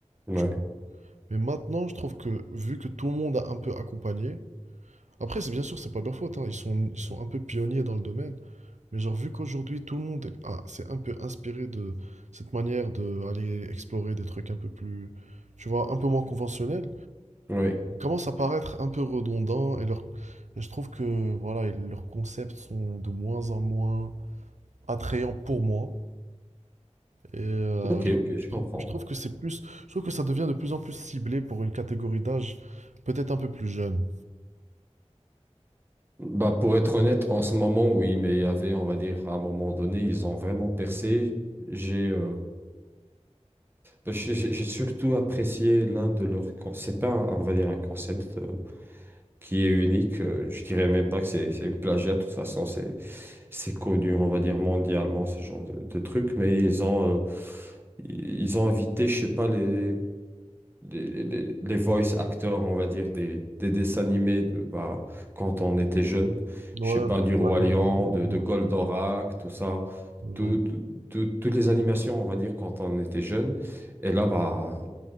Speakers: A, on the right; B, on the right.
A: Ouais.
B: tu vois. Mais maintenant, je trouve que vu que tout le monde a un peu accompagné, après, c'est bien sûr, c'est pas de leur faute, hein, Ils sont, ils sont un peu pionniers dans le domaine. Mais genre, vu qu'aujourd'hui, tout le monde est, ah, c'est un peu inspiré de cette manière d'aller explorer des trucs un peu plus, tu vois, un peu moins conventionnels,
A: Oui.
B: commence à paraître un peu redondant et, leur, et je trouve que voilà, et leurs concepts sont de moins en moins attrayants pour moi. Et euh,
A: Ok,
B: je
A: ok,
B: trouve,
A: je
B: je trouve-
A: comprends.
B: je trouve que c'est plus, je trouve que ça devient de plus en plus ciblé pour une catégorie d'âge peut-être un peu plus jeune.
A: Bah, pour être honnête, en ce moment, oui, mais il y avait, on va dire, à un moment donné, ils ont vraiment percé. J'ai euh, J'ai j'ai- j'ai surtout apprécié l'un de leurs... con- C'est pas, un- on va dire, un concept euh, qui est unique. euh, je dirais même pas que c'est c'est une plagiat. De toute façon, c'est c'est connu, on va dire, mondialement, ce genre de, de truc. Mais ils ont, euh, ils ont invité, je sais pas, les les, les- les- voice actors, on va dire, des, des dessins animés de, bah, quand on était jeune.
B: Ouais,
A: Je sais pas,
B: un truc,
A: du Roi
B: par exemple.
A: Lion,
B: Ouais,
A: de,
B: ouais,
A: de Goldorak, tout ça.
B: ouais,
A: Tout-
B: j'arrive.
A: tout- toutes les animations, on va dire, quand on était jeune. Et là, bah,